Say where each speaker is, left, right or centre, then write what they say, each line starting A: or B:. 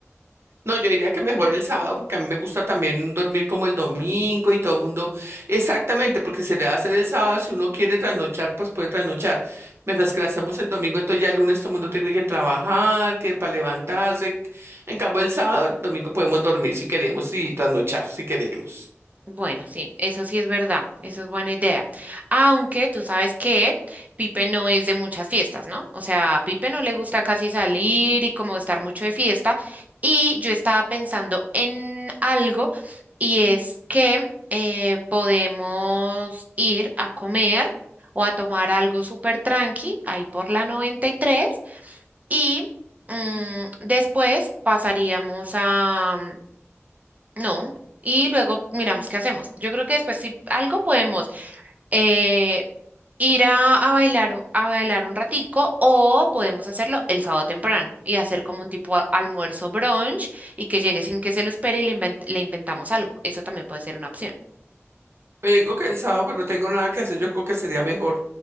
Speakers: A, on the right; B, on the right.
A: No, yo diría que mejor el sábado porque a mí me gusta también dormir como el domingo y todo el mundo. Exactamente, porque se le hace el sábado, si uno quiere trasnochar, pues puede trasnochar. Mientras que la hacemos el domingo, entonces ya el lunes todo el mundo tiene que trabajar, que para levantarse. En cambio, el sábado, el domingo podemos dormir si queremos y trasnochar si queremos.
B: Bueno, sí, eso sí es verdad, eso es buena idea. Aunque tú sabes que Pipe no es de muchas fiestas, ¿no? O sea, a Pipe no le gusta casi salir y como estar mucho de fiesta. Y yo estaba pensando en algo y es que eh, podemos ir a comer o a tomar algo súper tranqui ahí por la 93 y tres y mm, después pasaríamos a, no. Y luego miramos qué hacemos. Yo creo que después si algo podemos eh, ir a, a bailar, o- a bailar un ratico o podemos hacerlo el sábado temprano y hacer como un tipo a- almuerzo brunch y que llegue sin que se lo espere y le, invent- le inventamos algo. Eso también puede ser una opción.
A: Pero digo que el sábado pues no tengo nada que hacer, yo creo que sería mejor